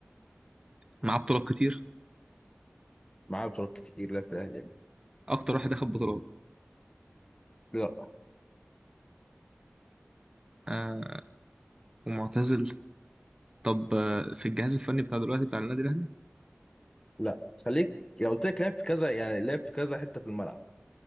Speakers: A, on the right; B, on the left.
A: معاه بطولات كتير
B: معاه بطولات كتير لعب في الاهلي يعني
A: اكتر واحد اخد بطولات
B: لا
A: آه ومعتزل طب آه في الجهاز الفني بتاع دلوقتي بتاع النادي الاهلي
B: لا خليك يا قلت لك لعب في كذا يعني لعب في كذا حته في الملعب